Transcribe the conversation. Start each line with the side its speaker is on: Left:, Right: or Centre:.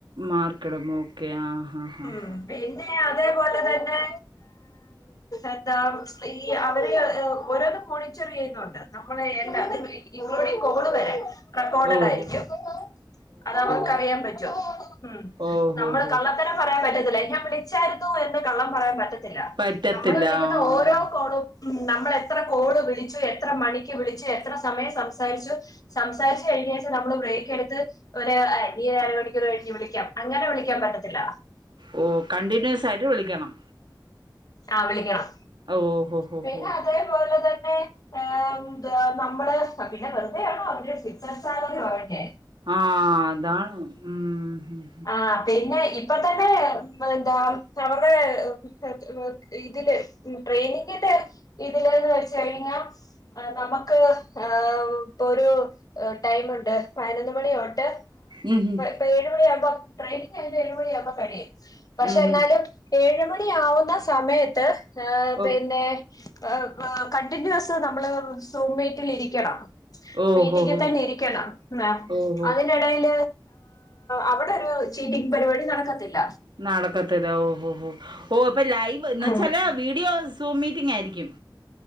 Right: മർക്കിടും ഓകെ ആ ഹാ ഹാ
Left: ഉം
Right: ഹാ
Left: പിന്നെ അതേപോലെ തന്നെ എന്താ ഈ അവര് ഓരോന്നും ചെറിയുന്നുണ്ട് നമ്മളെ എല്ലാ വടെ കോള് വരെ റെക്കോർഡഡ്
Right: ഓ
Left: ആയിരിക്കും
Right: ഹോ
Left: അത് അവർക്കറിയാൻ
Right: ഓ
Left: പറ്റും ഉം
Right: ഓ ഹോ
Left: നമ്മള്
Right: ഹോ
Left: കള്ളം ഉത്തരം പറയാൻ പറ്റത്തില്ല എന്നെ വിളിച്ചായിരുന്നു എന്ന് കള്ളം പറയാൻ പറ്റത്തില്ല
Right: പറ്റത്തില്ല
Left: നമ്മള് വിളിക്കുന്ന
Right: ആഹ്
Left: ഓരോ കോളും ഉം നമ്മൾ എത്ര കോള് വിളിച്ചു എത്ര മണിക്ക് വിളിച്ചു എത്ര സമയം സംസാരിച്ചു സം പക്ഷേ ഒരു ദിവസം നമ്മള് ബ്രെയ്ക്കെട്ത്ത് ഒര് <unintelligible> കഴിഞ്ഞ് വിളിക്കാം അങ്ങേരനെ വിളാൻ പറ്റത്തില്ല
Right: ഓ കണ്ടിന്യൂസ് ആയിട്ട് വിളിക്കണം
Left: ആ വിളിക്കണം
Right: ഓ ഹോ ഹോ
Left: പിന്നെ
Right: ഹോ
Left: അതേപോലെ തന്നെ ഏ ഏഹ് നമ്മള് പിന്നെ വെറുതെയാണോ അവര് ഫിക്സെഡ് സാലറി പറഞ്ഞെ
Right: ആ അതാണ് ഉം ഉം
Left: ആ പിന്നെ ഇപ്പ തന്നെ എന്താ അവര്ടെ <unintelligible> ഇതില് ട്രെയിനിങ്ങിന്റെ ഇതില്ന്ന് വെച്ച കഴിഞ്ഞാ ഏഹ് നമുക്ക് ഏഹ് പ്പൊരു ടൈമ്ണ്ട് പയ്നൊന്ന് മണി തൊട്ട്
Right: ഉം ഉം
Left: ഇപ്പ ഏഴു മണിയാകുമ്പോ ട്രെയിനിങ് ഏഴ്മണിയാകുമ്പോ കഴിയും പക്ഷെന്നാലും
Right: ഉം ഉം
Left: ഏഴ്മണി ആവുന്ന സമയത്ത് ഹ
Right: ഓ
Left: പിന്നെ <unintelligible> കണ്ടിന്യൂസ് നമ്മള് സൂമീറ്റിൽ ഇരിക്കണം
Right: ഓഹോ
Left: മീറ്റിങ്
Right: ഹോ
Left: തന്നെരിക്കണം
Right: ഓഹോ
Left: അതിനിടൽ അവിടെ ചീറ്റിംങ്ങ് പരിപാടി നടക്കത്തില്ല
Right: നാടക്കത്തില്ല ഓഹോ ഹോ ഓ പ്പൊ ലൈവ് എന്ന്
Left: ആഹ്
Right: വെച്ചാല് വീഡിയോ സൂം മീറ്റിംങ്ങായിരിക്കും